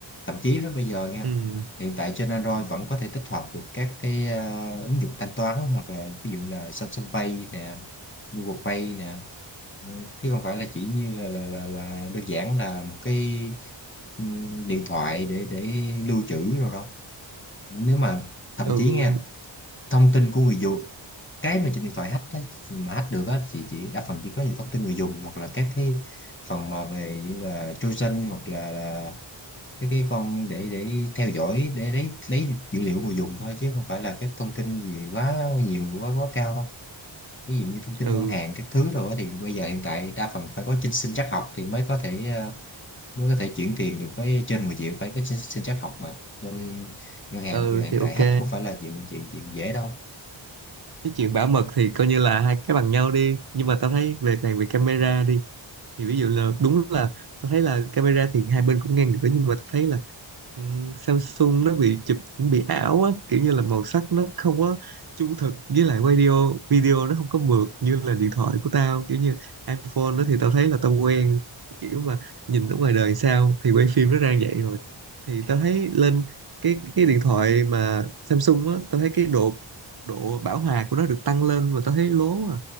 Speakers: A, on the left; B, on the right.
A: thậm chí với bây giờ nha
B: Ừm,
A: hiện tại trên Android vẫn có thể tích hợp được các cái ờ, ứng dụng thanh toán hoặc là ví dụ là Samsung Pay nè Google Pay nè Ừ, chứ không phải là chỉ như là là là, là đơn giản là một cái ừm, điện thoại để để lưu trữ rồi đâu nếu mà thậm
B: ừ
A: chí nha thông tin của người dùng cái mà trên điện thoại hack á, mà hack được á thì chỉ đa phần chỉ có những thông tin người dùng hoặc là các cái phần mà về như là trojan hoặc là, là cái cái con để để theo dõi để lấy lấy dữ liệu người dùng thôi chứ không phải là các thông tin gì quá nhiều quá quá cao đâu ví dụ như thông tin
B: ừ
A: ngân hàng các thứ rồi á thì bây giờ hiện tại đa phần phải có trên sinh trắc học thì mới có thể ờ, mới có thể chuyển tiền được với trên 10 triệu phải có trên sinh trắc học mà nên ngân hàng
B: ừ
A: bây giờ hiện
B: thì
A: tại
B: ok
A: hack cũng phải là chuyện chuyện chuyện dễ đâu
B: cái chuyện bảo mật thì coi như là hai cái bằng nhau đi nhưng mà tao thấy về càng về camera đi thì ví dụ là đúng là tao thấy là camera thì hai bên cũng ngang được đó nhưng mà tao thấy là Ừ, Samsung nó bị chụp cũng bị ảo á kiểu như là màu sắc nó không có trung thực với lại video video nó không có mượt như là điện thoại của tao kiểu như iPhone đó thì tao thấy là tao quen kiểu mà nhìn ở ngoài đời sao thì quay phim nó ra vậy rồi thì tao thấy lên cái cái điện thoại mà Samsung á tao thấy cái độ độ bảo hòa của nó được tăng lên mà tao thấy lố à